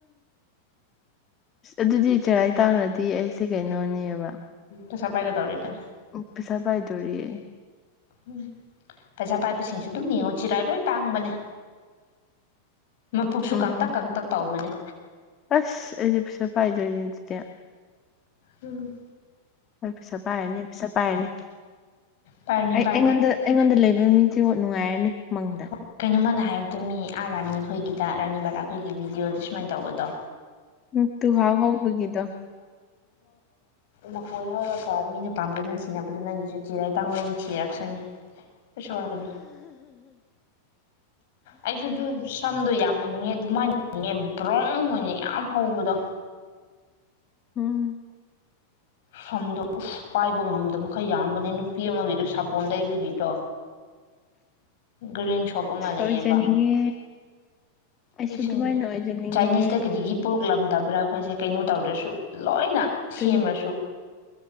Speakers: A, on the left; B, on the left.
A: ꯑ ꯑꯗꯨꯗꯤ ꯆꯦꯔꯥꯏ ꯇꯥꯡꯅꯗꯤ ꯑꯩꯁꯦ ꯀꯩꯅꯣ ꯀꯩꯅꯣꯅꯦꯕ
B: ꯄꯩꯁꯥ ꯄꯥꯏꯒꯗꯧꯔꯤꯕꯅꯦ
A: ꯎꯝ ꯄꯩꯤꯁꯥ ꯄꯥꯏꯗꯣꯔꯤꯑ
B: ꯎꯝ ꯄꯩꯁꯥ ꯄꯥꯏꯕꯁꯤꯡꯁꯨ ꯑꯗꯨꯝ ꯌꯦꯡꯉꯣ ꯆꯤꯔꯏ ꯂꯣꯏ ꯇꯥꯡꯕꯅꯦ ꯃꯄꯨꯛꯁꯨ
A: ꯎꯝ
B: ꯀꯪꯇꯛ ꯀꯪꯇꯛ ꯇꯧꯕꯅꯦ
A: ꯑꯁ ꯑꯩꯗꯤ ꯄꯁꯦ ꯄꯥꯏꯗꯅꯤ ꯆꯗꯦ
B: ꯎꯝ
A: ꯍ ꯄꯩꯁꯥ ꯄꯥꯏꯔꯅꯤ ꯄꯩꯁꯥ ꯄꯥꯏꯔꯅꯤ
B: ꯄꯥꯏꯔꯅꯤ ꯄꯥꯏꯔꯅꯤ
A: ꯑꯩꯉꯣꯟꯗ ꯑꯩꯉꯣꯟꯗ ꯂꯩ ꯑꯗꯨ ꯃꯤꯁꯦ ꯍ ꯅꯨꯡꯉꯥꯏꯔꯅꯤ ꯃꯪꯗ
B: ꯑꯣ ꯀꯩꯅꯣꯃꯥꯟꯅ ꯍꯥꯏꯕꯗꯨ ꯃꯤ ꯑꯥ ꯔꯥꯅꯤ ꯈꯣꯏꯒꯤꯗ ꯔꯥꯅꯤ ꯕꯥꯂꯥ ꯈꯣꯏꯒꯤ ꯕꯤꯤꯗꯤꯑꯣꯗꯣ ꯁꯨꯃꯥꯏꯅ ꯇꯧꯕꯗꯣ
A: ꯎ ꯇꯨ ꯍꯥꯎ ꯍꯥꯎꯕꯒꯗ
B: ꯃꯈꯣꯏ ꯍꯧꯔꯛꯒ ꯃꯤꯅ ꯄꯥꯝꯒ ꯅꯤꯡꯊꯤꯅꯕꯗꯨꯅ ꯅꯪꯒꯤꯁꯨ ꯆꯤꯔꯥꯏ ꯇꯥꯡꯕꯣꯏ ꯅꯤꯡꯊꯤꯔꯛꯁꯅꯤ ꯑꯁꯒꯅ ꯑꯩꯁꯨꯨꯗꯨ ꯁꯝꯗꯣꯏ ꯌꯥꯝ ꯌꯥꯝꯍꯟꯅꯤꯡꯉꯦ ꯑꯗꯨꯃꯥꯏꯅꯤꯡꯉꯦ ꯕ꯭ꯔꯣꯡ ꯑꯣꯏꯅ ꯌꯥꯝ ꯍꯧꯕꯗꯣ
A: ꯎꯝ
B: ꯁꯣꯝꯗꯣ ꯎꯐ ꯄꯥꯏꯕ ꯉꯝꯗꯕꯈꯔ ꯌꯥꯝꯝꯕꯅꯦ ꯅꯨꯄꯤ ꯑꯃꯒꯤꯗꯣ ꯁꯥꯄꯣꯟ ꯂꯩꯩꯕꯒꯤꯗꯣ ꯒ꯭ꯔꯤꯟ ꯁꯣꯞ ꯑꯃ ꯂꯩꯑꯕ
A: ꯑꯣꯏꯖꯅꯤꯡꯉꯦ ꯑꯩꯁꯨ
B: ꯑꯩꯁꯨꯅꯦ
A: ꯑꯗꯨꯃꯥꯏꯅ ꯑꯣꯏꯖꯅꯤꯡꯉꯦ
B: ꯆꯥꯏꯅꯤꯁꯇ ꯀꯔꯤꯒꯤ ꯄꯔꯛꯂꯝꯗꯕ ꯕ꯭ꯔꯥ ꯑꯩꯈꯣꯏꯁꯦ ꯀꯩꯅꯣ ꯇꯧꯗ꯭ꯔꯁꯨ ꯂꯣꯏꯅ
A: ꯑꯗꯨꯅꯤ
B: ꯁꯦꯝ꯭ꯔꯁꯨ